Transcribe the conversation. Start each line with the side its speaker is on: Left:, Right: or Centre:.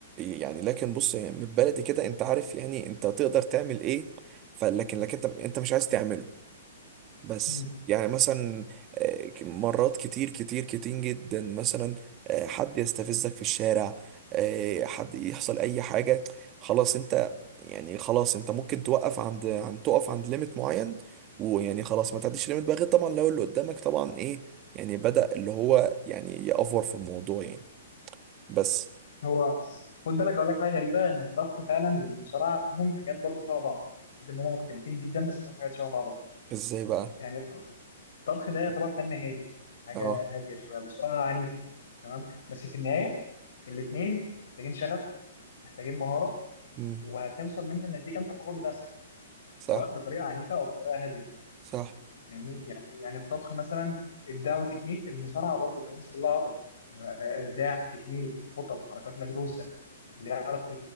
Right: يعني لكن بص يعني من بلدي كده انت عارف يعني انت تقدر تعمل ايه فلكن لكن انت انت مش عايز تعمله بس
Left: مم.
Right: يعني مثلا آه، مرات كتير كتير كتير جدا مثلا آه، حد يستفزك في الشارع آه، حد يحصل اي حاجة خلاص انت يعني خلاص انت ممكن توقف عند عند تقف عند ليميت معين ويعني خلاص ما تعديش ليميت بقى غير طبعا لو اللي قدامك طبعا ايه يعني بدأ اللي هو يعني يأفور في الموضوع يعني بس
Left: هو خد بالك اقول لك حاجه غريبه ان الطبخ فعلا والمصارعه فيهم حاجات برضه شبه بعض يعني قد ما هم مختلفين جدا بس فيهم حاجات شبه بعضها
Right: ازاي بقى
Left: يعني الطبخ الطبخ ده يعتبر فن هادي حاجه
Right: اه
Left: هاديه شويه المصارعه عنيفه تمام بس في النهايه الاثنين محتاجين شغف محتاجين مهاره
Right: مم.
Left: وهتوصل منها لنتيجه انت فخور بنفسك
Right: صح
Left: سواء بطريقه عنيفه او بطريقه هاديه
Right: صح
Left: يعني يعني يعني الطبخ مثلا ابداع وتكنيك المصارعه برضو كمان مش كلها عضل يعني ابداع تكنيك خطط حركات مدروسه اللي يعرف